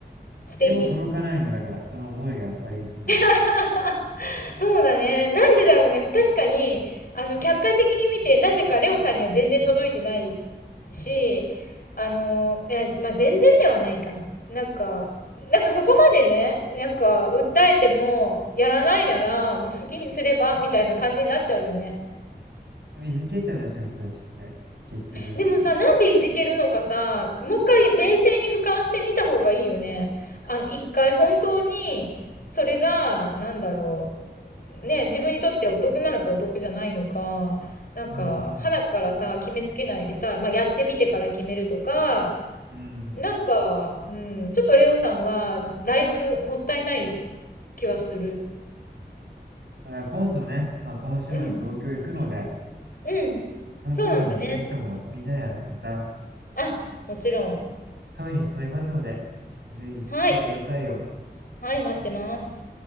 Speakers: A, on the left; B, on the right.
A: 素敵。
B: でも届かないのよ、だから。その思いがやっぱりいつも。
A: <laughs> そうだね。なんでだろうね。確かに、あの、客観的に見て、なぜかレオさんには全然届いてないし、あの、え、まあ、全然ではないか。なんか、なんかそこまでね、なんか、訴えても、やらないなら、もう好きにすれば、みたいな感じになっちゃうよね。
B: でもいじけちゃうじゃん、そういう人たちって。結局。
A: でもさ、なんでいじけるのかさ、もう一回冷静に俯瞰してみた方がいいよね。あの、一回本当に、それが、なんだろう、ね、自分にとってお得なのかお得じゃないのか、なんか、
B: うんうん。
A: 花からさ、決めつけないでさ、まあ、やってみてから決めるとか、
B: うん。
A: なんか、うん、ちょっとレオさんは、だいぶもったいない気はする。
B: だから今度ね、まあ今週末東京行くので、
A: うん、うん、
B: その時にぜひともみんなで会ってさ、
A: そうなんだね。あ、もちろん。
B: カフェに誘いますので、ぜひ来てくださいよ。
A: はい、はい、待ってます。